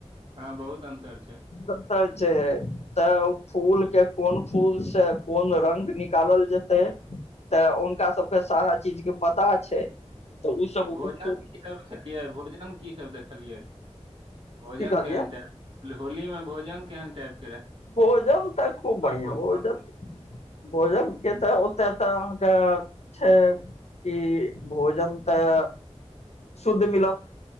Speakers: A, on the right; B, on the left.
A: हँ, बहुत अन्तर छै।
B: अन्तर है तऽ ओ फूल के कोन फूल से कोन रंग निकाल जेतै तऽ हुनका सभके सारा चीज के पता छै। ओ सब
A: तऽ भोजन
B: ओ फूल
A: की सबियै भोजन की सभ देखलियै भोजन
B: की कहलियै
A: केहन टाइम। होली मे भोजन केहन टाईप कऽ
B: भोजन तऽ खूब बढ़िआ
A: पकवान
B: भोजन। भोजन के तऽ ओत तऽ अहाँकेँ छै कि भोजन तऽ शुद्ध मिल